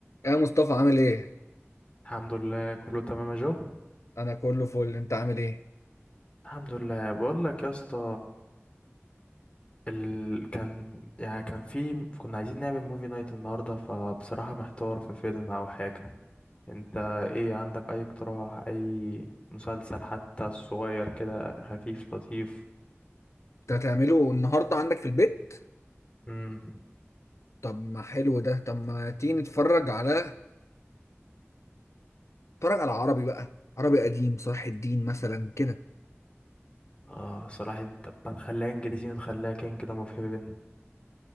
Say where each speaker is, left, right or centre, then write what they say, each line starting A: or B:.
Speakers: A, on the left; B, on the left.
A: ايه يا مصطفى عامل ايه؟
B: الحمد لله كله تمام يا جو
A: انا كله فل انت عامل ايه؟
B: الحمد لله بقول لك يا اسطى ال... كان يعني كان في كنا عايزين نعمل موفي نايت النهارده فبصراحة محتار في فيلم او حاجة انت ايه عندك اي اقتراح اي مسلسل حتى صغير كده خفيف لطيف
A: انت هتعمله النهارده عندك في البيت؟
B: امم
A: طب ما حلو ده طب ما تيجي نتفرج على نتفرج على عربي بقى عربي قديم صلاح الدين مثلا كده
B: اه صراحة طب ما نخليها انجليزي ونخليها كينج دوم اوف هيفن